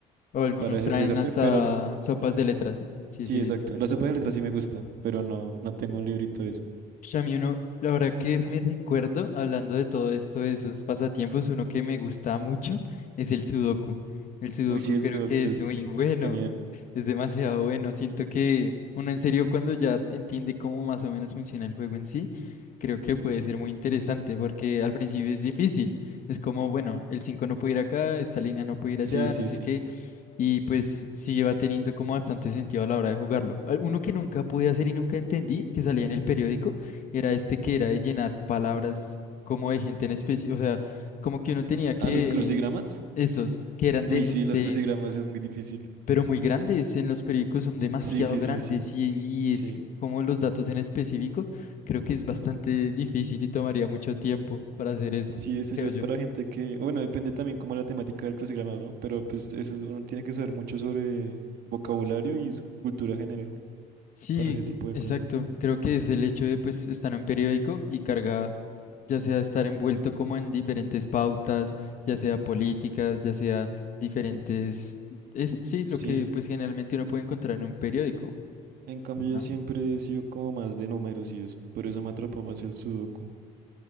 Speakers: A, on the left (about 50°); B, on the right (about 70°).
A: O algunos
B: para desestresarse,
A: traen hasta
B: pero no. o
A: sopas
B: sea,
A: de letras. Sí,
B: sí,
A: sí, he
B: exacto.
A: visto.
B: La sopa de letras sí me gusta, pero no, no tengo un librito de eso.
A: Ush, A mí uno, la verdad que me recuerdo, hablando de todo esto, de esos pasatiempos, uno que me gusta mucho es el sudoku. El sudoku
B: Uy, sí, el
A: creo
B: sudoku
A: que es
B: es,
A: muy bueno,
B: es genial.
A: es demasiado bueno. Siento que uno en serio cuando ya entiende cómo más o menos funciona el juego en sí, creo que puede ser muy interesante porque al principio es difícil. Es como, bueno, el 5 no puede ir acá, esta línea no puede ir allá,
B: Sí, sí,
A: no sé
B: sí.
A: qué. Y pues sí va teniendo como bastante sentido a la hora de jugarlo. Al- Uno que nunca pude hacer y nunca entendí, que salía en el periódico, era este que era de llenar palabras como de gente en especie, o sea, como que uno tenía que,
B: ah los crucigramas?
A: esos, que eran
B: Uy,
A: de gente,
B: sí, los crucigramas es muy difícil.
A: pero muy grandes, en los periódicos son demasiado
B: Sí, sí,
A: grandes
B: sí, sí,
A: y, y
B: sí.
A: es que como los datos en específico, creo que es bastante difícil y tomaría mucho tiempo para hacer eso,
B: Sí, eso
A: creo
B: ya es
A: yo.
B: para gente que, bueno, depende también como la temática del crucigrama, ¿no? Pero pues eso es- uno tiene que saber mucho sobre vocabulario y su cultura general
A: Sí,
B: para ese tipo de
A: exacto.
B: cosas.
A: Creo que es el hecho de pues estar en un periódico y carga, ya sea estar envuelto como en diferentes pautas, ya sea políticas, ya sea diferentes, es sí lo
B: Sí.
A: que pues generalmente uno puede encontrar en un periódico,
B: En cambio,
A: ¿no?
B: yo siempre he sido como más de números y eso. Por eso me atrapó más el sudoku.